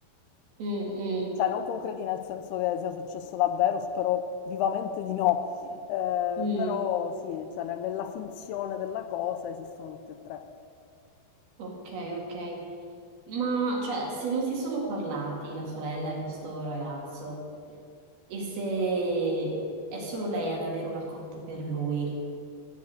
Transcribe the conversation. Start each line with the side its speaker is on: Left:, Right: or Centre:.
Right: Mm, mm,
Left: Cioè, non concreti nel senso che sia successo davvero, spero vivamente di no, Eh,
Right: mm.
Left: però sì, cioè, ne- nella finzione della cosa esistono tutte e tre.
Right: Ok, ok. Ma cioè, se non si sono parlati la sorella e questo ragazzo, e se è solo lei ad avere una cotta per lui,